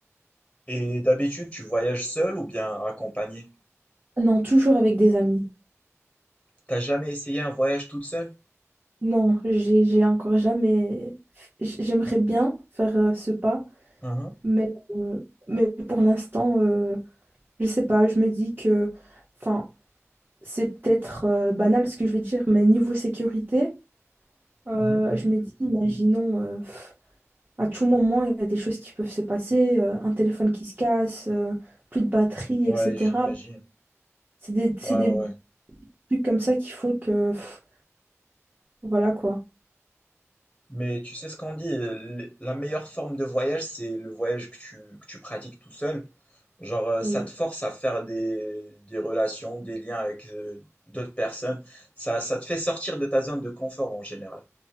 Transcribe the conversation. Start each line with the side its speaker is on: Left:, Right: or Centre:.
Left: Et d'habitude, tu voyages seul ou bien accompagné
Right: Non, toujours avec des amis.
Left: T'as jamais essayé un voyage toute seule?
Right: Non, j'ai j'ai encore jamais. j- J'aimerais bien faire euh, ce pas,
Left: Uhum,
Right: mais, euh, mais pour l'instant, euh, je sais pas. Je me dis que, enfin, c'est peut-être euh, banal ce que je vais dire, mais niveau sécurité, euh,
Left: mhm, mhm.
Right: je me dis, imaginons, euh, pff, à tout moment, il y a des choses qui peuvent se passer, euh, un téléphone qui se casse, euh, plus de batterie,
Left: Ouais,
Right: etc.
Left: j'imagine.
Right: C'est des, c'est
Left: Ouais,
Right: des
Left: ouais, ouais.
Right: trucs comme ça qui font que, pff, voilà quoi.
Left: Mais tu sais ce qu'on dit, euh, l- la meilleure forme de voyage, c'est le voyage que tu, que tu pratiques tout seul. Genre, euh,
Right: Oui.
Left: ça te force à faire des, des relations, des liens avec euh, d'autres personnes. Ça, ça te fait sortir de ta zone de confort en général.